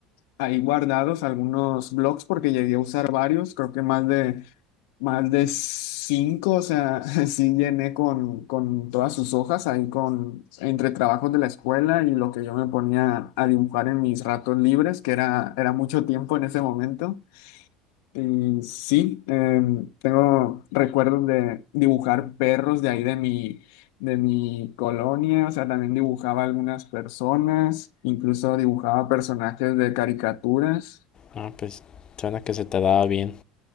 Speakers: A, on the left; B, on the left.
A: ahí guardados algunos blogs porque llegué a usar varios, creo que más de, más de cinco, o sea, <laughs> sí llené con, con todas sus hojas ahí con, entre trabajos de la escuela y lo que yo me ponía a dibujar en mis ratos libres, que era, era mucho tiempo en ese momento. Y sí, em, tengo recuerdos de dibujar perros de ahí de mi, de mi colonia, o sea, también dibujaba algunas personas, incluso dibujaba personajes de caricaturas.
B: Ah, pues suena que se te daba bien.